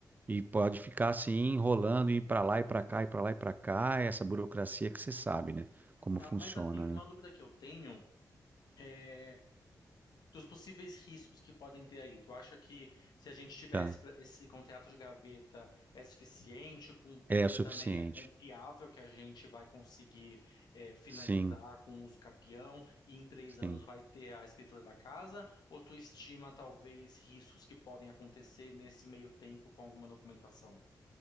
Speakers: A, on the right; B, on the left.
A: e pode ficar assim, enrolando, ir para lá e para cá, e para lá e para cá, É essa burocracia que você sabe, né? Como
B: Tá,
A: funciona,
B: mas assim, uma
A: né?
B: dúvida que eu tenho é dos possíveis riscos que podem ter aí. Tu acha que se a gente tivesse
A: Tá.
B: pra- esse contrato de gaveta é suficiente, com o tempo
A: É suficiente.
B: também é confiável que a gente vai conseguir é, finalizar
A: Sim,
B: com o uso capião e em três
A: sim.
B: anos vai ter a escritura da casa? Ou tu estima talvez riscos que podem acontecer nesse meio tempo com alguma documentação?